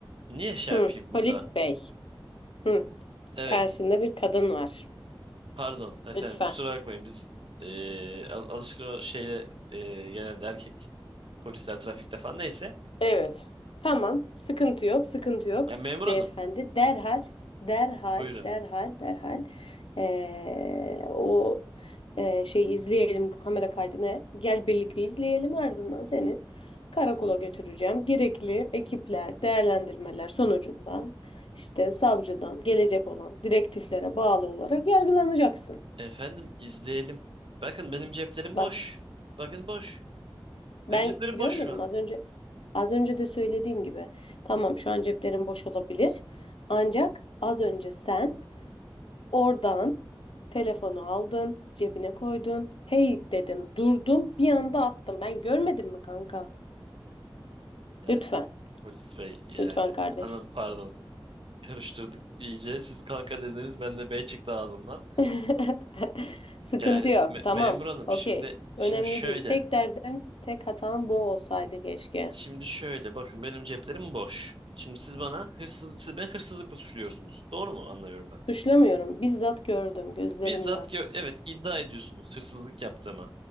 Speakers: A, on the right (about 75°); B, on the left (about 80°).
A: niye şey
B: hı.
A: yapayım burada?
B: Polis bey. Hı.
A: Evet.
B: Karşında bir kadın var.
A: Pardon efendim
B: Lütfen.
A: kusura bakmayın biz eee al- alışkın o şeyle eee, genelde erkek polisler trafikte falan neyse.
B: Evet. Tamam. Sıkıntı yok, sıkıntı yok.
A: Ya memur
B: Beyefendi
A: hanım
B: derhal, derhal,
A: buyurun.
B: derhal, derhal eee, o eee şey izleyelim bu kamera kaydını. Gel birlikte izleyelim ardından seni karakola götüreceğim. Gerekli ekipler, değerlendirmeler sonucunda işte savcıdan gelecek olan direktiflere bağlı olarak yargılanacaksın.
A: Efendim izleyelim. Bakın benim ceplerim
B: Bak.
A: boş. Bakın boş.
B: Ben
A: Benim ceplerim
B: görmedim
A: boş şu an.
B: az önce az önce de söylediğim gibi. Tamam şu an ceplerin boş olabilir. Ancak az önce sen oradan telefonu aldın, cebine koydun. Hey dedim, durdum, bir anda attım. Ben görmedim mi kanka?
A: Yani
B: Lütfen.
A: polis bey yani
B: Lütfen kardeşim.
A: hanım pardon karıştırdık iyice. Siz kanka dediniz ben de bey çıktı ağzımdan.
B: <laughs> Sıkıntı
A: Yani
B: yok.
A: me-
B: Tamam.
A: memur hanım
B: Okey.
A: şimdi
B: Önemli
A: şimdi şöyle.
B: değil. Tek derdim, tek hatam bu olsaydı keşke.
A: Şimdi şöyle bakın benim ceplerim boş. Şimdi siz bana hırsız, siz beni hırsızlıkla suçluyorsunuz. Doğru mu anlıyorum ben?
B: Suçlamıyorum. Bizzat gördüm gözlerimle.
A: Bizzat gö- evet iddia ediyorsunuz hırsızlık yaptığımı.